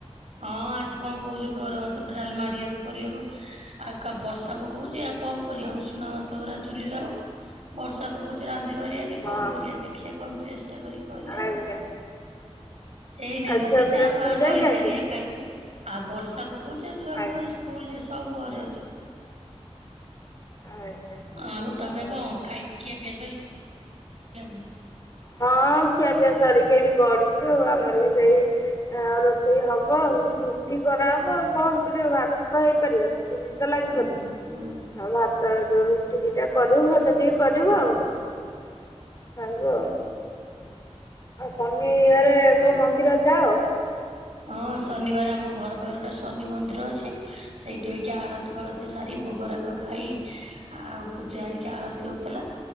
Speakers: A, on the right; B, on the left.
A: ହଁ ଆଜି କଣ କହୁଛନ୍ତି ଅରୁଆ ଭାତ, ଡାଲମା ହେରିକା କରିବାକୁ ଆଉ କା ବର୍ଷା ପକଉଛି ଆଉ କଣ କରିବା ଆଉ ଉଷୁନା ଭାତ ଗୁରା ଚୁଲିରେ ହବ ବର୍ଷା ପକଉ ଯେ ରାନ୍ଧି ପାରିବାନି
B: ହଁ
A: କଣ କରିବା ଦେଖିବା କେମିତି ଚେଷ୍ଟା କରି କରିବା
B: ଆଜ୍ଞା।
A: ଆଉ। ହେଇ ନାଇଁ
B: ଆଉ
A: ରୋଷେଇ
B: ଛୁଆ
A: ଚା
B: ପିଲା ସ୍କୁଲ
A: ଫା
B: ଯାଇନାହାନ୍ତି?
A: ଜଳିଖିଆ ହେରିକା ଖାଇଛୁ, ଆଉ ବର୍ଷା ପକଉଛି ଛୁଆ
B: ଆଜ୍ଞା
A: କୋଉଠି ସ୍କୁଲ ଯିବେ ସବୁ ଘରେ ଅଛନ୍ତି।
B: ଆଜ୍ଞା।
A: ଆଉ
B: ଆଉ
A: ତମେ କଣ ଖାଇ ଖିଆପିଆ ସଇ ଲାଣି।
B: ହଁ ଖିଆପିଆ ସାରିକି ଏଇଠି ଗଢଛୁ ଆଉ ଆମର ବି ସେଇ ଆଁ ରୋଷେଇ ହବ ଆଉ ରୁଟି କରାହବ ଆଉ କଣ କରିବ ଭାତ ତ ହେଇପାରିବନି। ଚୁଲି ତ ଲାଗିବନି
A: ହୁଁ ହୁଁ
B: ଆଉ ଭାତ ଯୋଉ ରୁଟି ଦିଟା କରିବୁ ଭଜା ଟିକେ କରିବୁ ଆଉ। ଖାଇବ। ଆଉ ଶନିବାରେ କୋଉ ମନ୍ଦିର ଯାଅ?
A: ହଁ ଶନିବାର ଆମ ଘର ପାଖରେ ଗୋଟେ ଶନି ମନ୍ଦିର ଅଛି ସେଇଠୁ ଅଇକା ଆଳ ଆଳତି ଫାଳତି ସାରି ଭୋଗରାଗ ଖାଇ ଆଉ ପୂଜା ହେରିକା ଆଳତି ହେଉଥିଲା